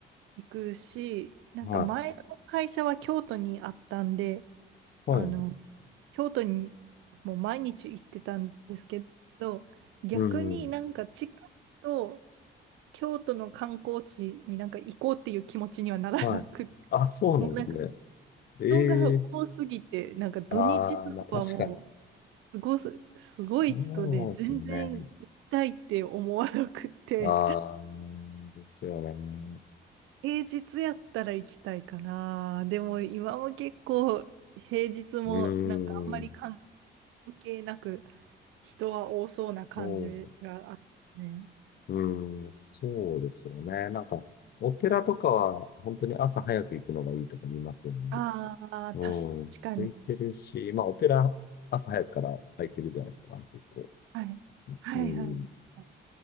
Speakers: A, on the right (about 85°); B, on the left (about 55°).
A: 行くし、なんか前の会社は京都にあったんで、
B: はい、はい、
A: あの、京都にもう毎日行ってたんですけど、逆になんか近いと、
B: うん、
A: 京都の観光地になんか行こうっていう気持ちにはならなくって、
B: はい。あ、そうなんですね。
A: もうなんか
B: ええ
A: 人が多すぎて、なんか土日とかはも
B: ああ、まあ確かに。
A: うすごす、すごい人で、
B: そうですね。
A: 全然行きたいって思わなくって、
B: ああ、ですよね。
A: 平日やったら行きたいかな。でも今も結構平日もなんかあんまり関
B: うーん、
A: 係なく人は多そうな感じがあるね。
B: そう、うーん、そうですよね。なんか、お寺とかは、本当に朝早く行くのがいいとか見ますよね。
A: ああ、
B: うん、
A: 確かに。
B: 空いてるし、まあ、お寺、朝早くから空いてるじゃないですか、結構。
A: はい。はいはいはい。
B: うん、